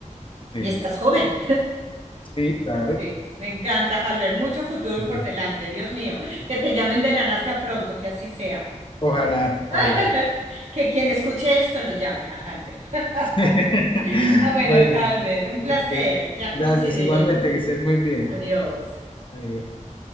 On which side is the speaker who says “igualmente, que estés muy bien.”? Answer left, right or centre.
Left